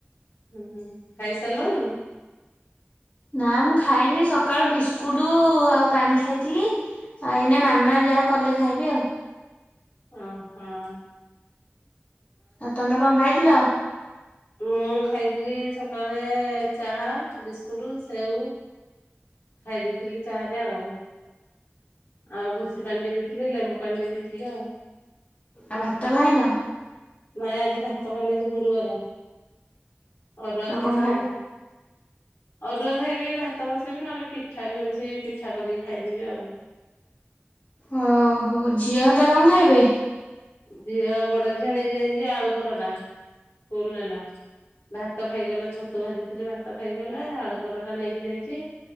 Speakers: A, on the left (about 80°); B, on the left (about 30°).
A: ହୁଁ ହୁଁ ଖାଇସାରିଲଣି?
B: ନା ମୁଁ ଖାଇନି ସକାଳୁ ବିସ୍କୁଟୁ ଆଉ ପାଣି ଖାଇଥିଲି ଆଉ ଏଇନା ମାମା ଯାହା କଲେ ଖାଇବି ଆଉ।
A: ଉଁ ହୁଁ।
B: ଆଉ ତମେ କଣ ଖାଇଥିଲ?
A: ମୁଁ ଖାଇଥିଲି ସକାଳେ ଚାହା, ବିସ୍କୁଟୁ, ସେଉ ଖାଇ ଦେଇଥିଲି ଚାହାରେ ଆଉ। ଆଉ ଭୁସି ପାଣି ଟିକେ ପିଇଥିଲେ ଲେମ୍ବୁପାଣି ଟିକେ ପିଇଥିଲି ଆଉ।
B: ଆଉ ଭାତ ଖାଇନ?
A: ନାଇଁ ଆଜି ଭାତ ଖାଇନି ଆଜି ଗୁରୁବାରେ। ଅରୁଆ ଖାଇବା
B: କଣ ଖାଇ
A: ଆଉ। ଅରୁଆ ଖାଇବି ଭାତ ବସେଇବି ନହେଲେ ପିଠା ବି ଅଛି ପିଠା କରିକି ଖାଇଦେବି ଆଉ।
B: ଓହୋ ଝିଅ ହେକା କଣ ଖାଇବେ?
A: ଝିଅ ବଡ ଝିଅ ନେଇକି ଯାଇଚି ଆଳୁ ପରଟା ସ୍କୁଲ ନେଲା। ଭାତ ଖାଇକିଗଲା ଛତୁ ଭାଜିଥିଲି ଭାତ ଖାଇଗଲା ଆଳୁ ପରଟା ନେଇକି ଯାଇଚି